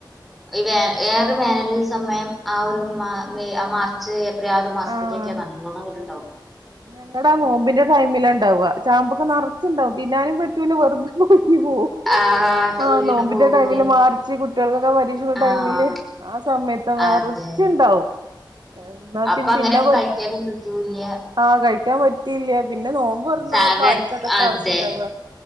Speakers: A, in the centre; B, on the right.
A: ഈ വേ വേറെ വേനലിൽ ഒരു സമയം ആ ഒരു മാ വെ ആ മാർച്ച് ഒരാറ് മാസത്തക്കക്കെ
B: ആഹ്
A: നല്ലോണങ്ങട്ട്ണ്ടാവും
B: ഞങ്ങടെ ആ നോമ്പിന്റെ ടൈമിലാ ഉണ്ടാവ ചാമ്പൊക്ക നറച്ചുണ്ടാവും തിന്നാനും പറ്റൂല വെറുതെ പോയി <unintelligible>
A: ആഹ്
B: ആ
A: വീണ്
B: നോമ്പിന്റെ
A: പോവൂലേ
B: ടൈമില് മാർച്ച് കു ആ പരീക്ഷന്റെ
A: ആഹ്
B: ടൈമില് ആ സമയത്താ നെറച്ചുണ്ടാവും
A: അതെ
B: എന്നാ
A: അപ്പൊ
B: പിന്ന
A: അങ്ങനെപ്പൊ
B: തിന്നാ പ
A: കഴിക്കാനും പറ്റൂല്ല
B: ആ കഴിക്കാൻ പറ്റിയില്ല പിന്നെ നോമ്പോർന്നാ
A: സാധാരണ
B: പ്പാ ആർക്കാ ഇതൊക്കെ
A: അതെ
B: ആവശ്യംണ്ടാവുക